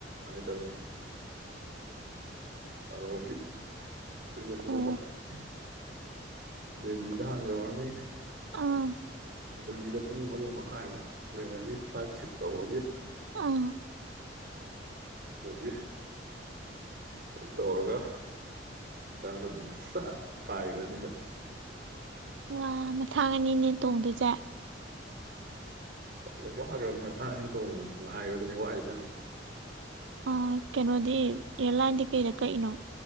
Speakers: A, on the right; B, on the right.
A: <inaudible> ꯕꯥꯔꯣꯒꯤ ꯫ ꯁꯗꯁ
B: ꯑꯣ
A: <inaudible> ꯗꯦꯜꯂꯤꯗ ꯍꯥꯅ ꯌꯧꯔꯅꯤ꯫
B: ꯑꯥ꯫
A: ꯗꯦꯜꯂꯤꯗ ꯄꯨꯡ ꯑꯃ ꯃꯈꯥꯏꯃꯨꯛ ꯂꯩꯔꯅꯤ ꯐ꯭ꯂꯥꯏꯠ ꯁꯤꯠ ꯇꯧꯕꯒꯤ꯫
B: ꯑꯥ꯫
A: ꯑꯗꯩꯩꯗꯤ꯫ ꯑꯗꯨ ꯇꯧꯔꯒ ꯅꯥꯟꯅ ꯑꯗꯨꯝ ꯁꯠ ꯄꯥꯏꯒꯔꯅꯤ ꯑꯗꯨꯝ꯫
B: ꯋꯥ ꯃꯊꯥꯡ ꯑꯅꯤꯅꯦ꯫ ꯇꯣꯡꯗꯣꯏꯖꯦ꯫
A: ꯋꯥꯈ꯭ꯔꯕꯅꯤ ꯃꯊꯥ ꯑꯅꯤ ꯇꯣꯡꯕꯕꯁꯤ ꯉꯥꯏꯕꯗꯨꯅꯤ ꯋꯥꯏꯁ ꯌꯥꯝ
B: ꯑ ꯀꯩꯅꯣꯗꯤ ꯌꯦꯂꯥꯏꯗꯤ ꯀꯩꯗ ꯀ ꯏꯩꯅꯣ